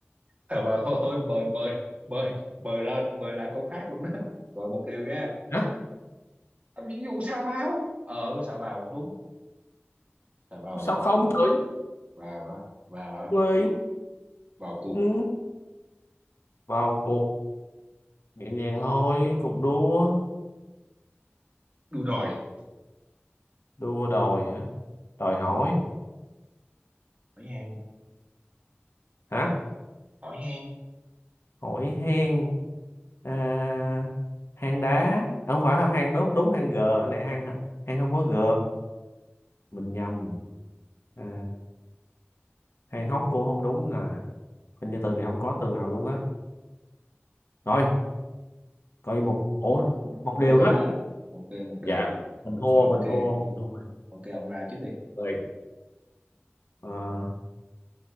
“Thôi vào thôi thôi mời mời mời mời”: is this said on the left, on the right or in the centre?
Right